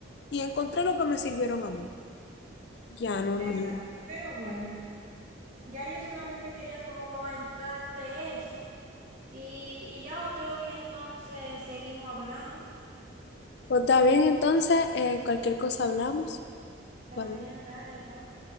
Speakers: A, on the left; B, on the right.
A: y encontré lo que me sirvieron a mí. Ya, normal.
B: Exacto, pero bueno, ya yo solamente quería como comentarte eso y, y ya otro día entonces seguimos hablando.
A: Pues está bien, entonces, eh, cualquier cosa hablamos.
B: Está
A: Bye.
B: bien, dale, bye.